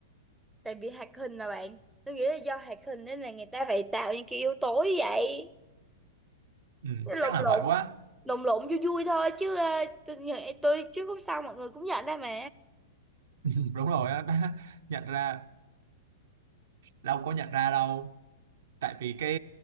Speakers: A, in the centre; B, on the right.
A: tại vì hoạt hình mà bạn tôi nghĩ là do hoạt hình nên là người ta phải tạo những cái yếu tố như vậy
B: Ừ,
A: Chứ lộn
B: chắc là
A: lộn
B: vậy quá.
A: lộn lộn vui vui thôi chứ ờ, tôi, nghĩ- tôi chứ cũng sao mọi người cũng nhận ra mà
B: Ừ, đúng rồi á, <laughs> đã nhận ra đâu có nhận ra đâu. tại vì cái